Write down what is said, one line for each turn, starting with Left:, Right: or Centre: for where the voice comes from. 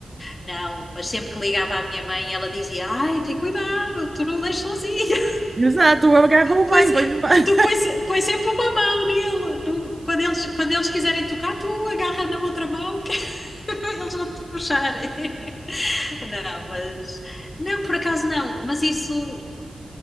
Left: Não, mas sempre que ligava à minha mãe, ela dizia, ai, tem cuidado, tu não o deixas sozinho.
Right: Exato, agarrou
Left: Pois,
Right: bem, põe-lhe bem.
Left: tu pões, pões sempre uma mão nele. No- quando eles, quando eles quiserem tocar, tu agarra na outra mão que <laughs> eles vão te puxarem <laughs> Não, mas não, por acaso não. Mas isso,